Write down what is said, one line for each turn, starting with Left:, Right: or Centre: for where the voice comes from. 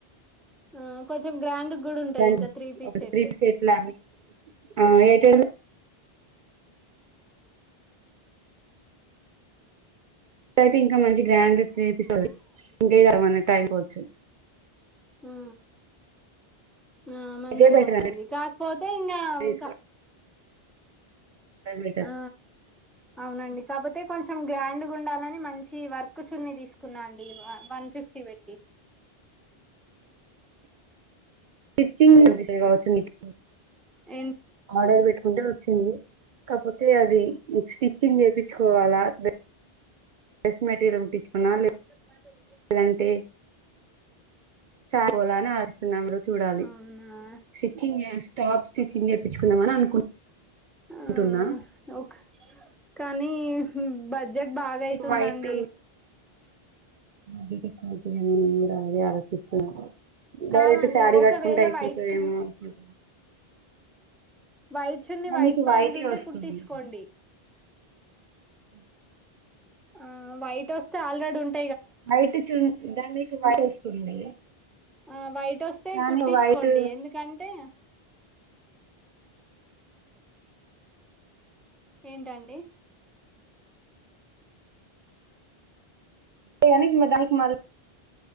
Centre: ఆ కొంచెం గ్రాండ్ కూడా ఉంటది
Right: దానికి
Centre: ఇంకా త్రీ పీస్
Right: ఒక
Centre: సెట్టు
Right: త్రీ ఎట్లా ఆ! ఎయిట్ హండ్రెడ్ అయితే ఇంకా మంచి గ్రాండ్ చేపిస్తుంది ఇంకే కాన వచు
Centre: ఆ ఆ మంచిగా
Right: ఇదే బెటర్
Centre: వస్తది
Right: అండి
Centre: కాకపోతే ఇంకా
Right: తీసుకోవడం
Centre: ఇంకా
Right: బెటర్
Centre: ఆ అవునండి కాకపోతే కొంచెం గ్రాండ్ గా ఉండాలని మంచి వర్క్ చున్ని తీసుకు కున్నాండి వన్ ఫిఫ్టీ పెట్టి
Right: స్టిచ్చింగ్ ఉంటాయి కావచ్చు నీకి <unintelligible>
Centre: ఏం
Right: డ పెట్టుకుంట వచ్చింది కాపోతే అ కోవాలా బే డ్రెస్ మెటీరియల్ కుటిచ్ మా నాన్
Centre: మందేలి
Right: ఇలాంటె చాలాని ఆడుస్తున్నాం చూడాలి
Centre: అవునా
Right: సిక్కింగ్ టాప్ స్టిచింగ్ చెపిత్ తెచ్చుకున్నామని అను
Centre: ఆ!
Right: టున్న
Centre: ఓకే కానీ బడ్జెట్ బాగా అయితుందండి
Right: వైట్ బడ్జెట్ ఎక్కువ న ఏమి రాదే ఆలోచిస్తున్నా డైరెక్ట్
Centre: కాదండి
Right: శారీ
Centre: ఒకవేళ
Right: కట్టుకుంటే అయిపోతదేమో
Centre: వైట్ చు
Right: అనుకుంట
Centre: వైట్ చున్ని వైట్
Right: మీకు
Centre: పాయింట్
Right: వైటే
Centre: ఉంటే
Right: వస్తుంది
Centre: కుట్టిచ్చుకోండి
Right: అ
Centre: ఆ వైట్ వస్తే ఆల్రెడ్ ఉంట
Right: అయితే చున్ మీకు వైట్ వస్తుంది
Centre: ఆ వైట్ పట్టొస్తే
Right: కానీ
Centre: కుట్టించుకోండి
Right: వైట్
Centre: ఎందుకంటే ఏంటండి
Right: <inaudible> దానికి మల్